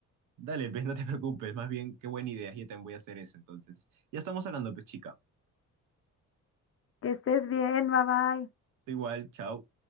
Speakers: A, on the right; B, on the left.
A: Dale, pues no te preocupes. Más bien, qué buena idea. Yo también voy a hacer eso. Entonces, ya estamos hablando, pues chica.
B: Que estés bien, bye bye.
A: Tú igual, chao.